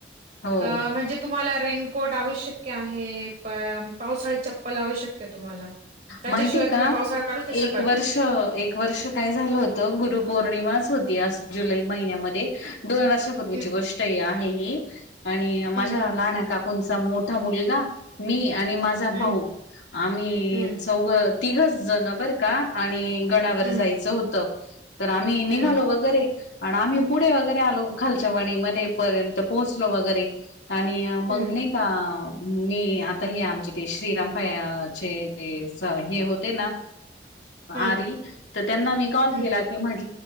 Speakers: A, on the left; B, on the right.
A: हो
B: अ.... म्हणजे? तुम्हाला रेनकोट आवश्यक आहे. प पावसाळी चप्पल आवश्यक तुम्हाला. त्याच्याशिवाय
A: माहितीय का
B: तुम्ही पावसाळा काढूच नाही शकत.
A: एक वर्ष एक वर्ष काय झालं होत. गुरुपौर्णिमाच होती, जुलै महिन्यामध्ये दोन वर्षापूर्वीची
B: हं
A: गोष्ट आहे, ही आणि
B: हं
A: माझ्या
B: हं
A: लहान का कोणचा मोठा मुलगा. मी आणि माझा
B: हं
A: भाऊ, आम्ही
B: हं
A: तिघच जण बर का, आणि गडावर
B: हं
A: जायचं होत. तर, आम्ही निघालो
B: हं
A: वगैरे आणि आम्ही पुढे वगैरे आलो. खालच्या वणी मध्ये पर्यंत पोहोचलो वगैरे. आणि मग
B: हं
A: नाही का, मी आता ह आमचे ते श्रीराम फायचे ते हे होते ना.
B: हं
A: आरी तर त्यांना मी कॉल
B: हं
A: केला, की म्हट